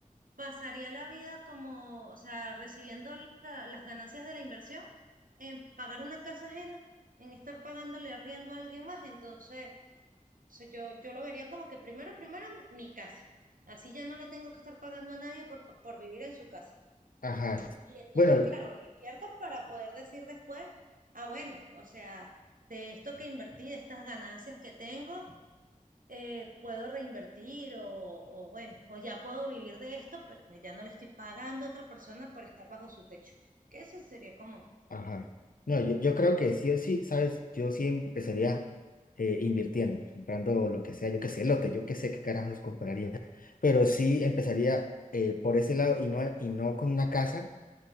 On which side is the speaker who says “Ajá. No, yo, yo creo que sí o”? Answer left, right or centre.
Left